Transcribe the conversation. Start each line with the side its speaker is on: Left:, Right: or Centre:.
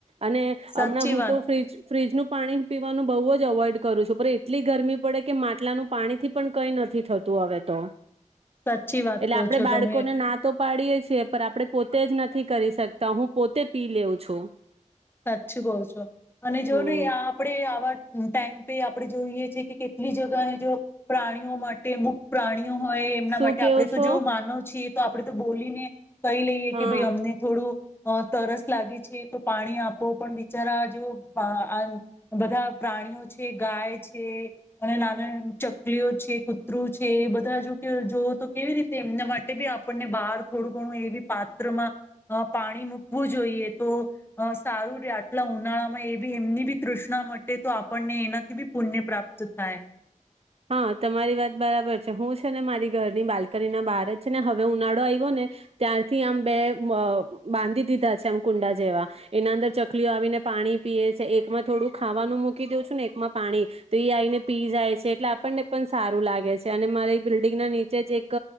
Right: અને હમણાં
Left: સાચી
Right: હું
Left: વાત
Right: તો ફ્રીજ ફ્રીજનું પાણી પીવાનું બહુ જ અવોઇડ કરું છું પણ એટલી ગરમી પડે કે માટલાનું પાણી થી પણ કઈ નથી થતું હવે તો
Left: સાચી વાત
Right: એટલે
Left: કહો
Right: આપડે
Left: છો
Right: બાળકોને
Left: તમે
Right: ના તો પાડીએે છીએ પણ આપડણે પોતે જ નથી કરી શકતા હું પોતે પી લેઉ છું
Left: સાચું કઉ છો અને જો
Right: હમ
Left: ને આપડે આવા ટાઈમ પે આપણે જોઈએ છેએ કે કેટલી જગાને જો પ્રાણીઓ માટે મુખ પ્રાણી હોય એમના
Right: શું
Left: માટે
Right: કેવું
Left: આપડણે તો
Right: છો
Left: જો માનો છીએ તો આપડે તો બોલીને કહી લઈએ
Right: હા
Left: કે ભાઈ અમને થોડું અ તરસ લાગે છે તો પાણી આપ આપ પણ બિચારા જો આ બધા પ્રાણીઓ છે ગાય છે અને નાનાના ચકલીઓ છે કૂતરું છે એ બધા જો જોવ તો કેવી રીતે એમના માટે બી આપણને બહાર થોડું ઘણું એવી પાત્રમાં પાણી મૂકવું જોઈએ તો સારું ર આટલા ઉનાળામાં એ બી એમની બી તૃષ્ણા માટે તો આપણને એનાથી બી પુણ્ય પ્રાપ્ત થાય
Right: હા તમારી વાત બરાબર છે હું છે ને મારી ઘરની બાલ્કની ના બાર જ છે ને હવે ઉનાળો આવ્યો ને ત્યારથી આમ બે અ બાંધી દીધા છે આમ કુંડા જેવા એના અંદર ચકલીઓ આવીને પાણી પીએ છે એકમાં થોડું ખાવાનું મૂકી દઉં છું ને એકમાં પાણી તો એ આવીને પી જાય છે એટલે આપણને પણ સારું લાગે છે અને મારે બિલ્ડિંગ ના નીચે જ એક